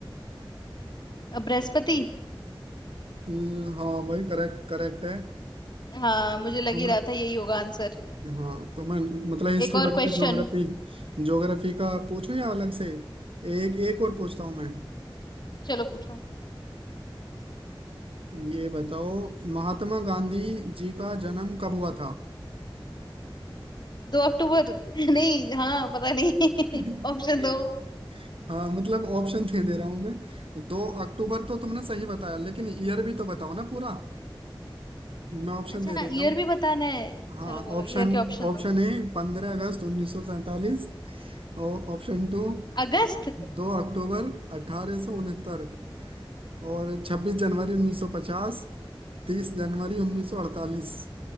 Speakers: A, on the left; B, on the right.
A: अब बृहस्पति
B: हम्म, हाँ भाई करेक्ट करेक्ट है
A: हाँ मुझे लग
B: अ,
A: ही रहा था यही होगा आंसर
B: हाँ तो मैं मतलब हिस्ट्री
A: एक और
B: वगैरह
A: क्वेश्चन
B: ज्योग्राफी ज्योग्राफी का पूछूं या अलग से एक एक और पूछता हूँ मैं
A: चलो पूछो
B: ये बताओ महात्मा गांधी जी का जन्म कब हुआ था
A: दो अक्टूबर <laughs> नहीं हाँ पता नहीं
B: <laughs>
A: <laughs> ऑप्शन दो
B: हाँ मतलब ऑप्शन दे दे रहा हूँ मैं दो अक्टूबर तो तुमने सही बताया लेकिन ईयर भी तो बताओ ना पूरा मैं ऑप्शन
A: अच्छा
B: दे देता
A: ईयर
B: हूँ
A: भी बताना है
B: हाँ
A: चलो बोलो
B: ऑप्शन
A: ईयर के ऑप्शन
B: ऑप्शन
A: दो
B: ए पंद्रह अगस्त उन्नीस सौ सैंतालीस और ऑप्शन टू
A: अगस्त
B: दो अक्टूबर अठारह सौ उनहत्तर और 26 जनवरी 1950 30 जनवरी 1948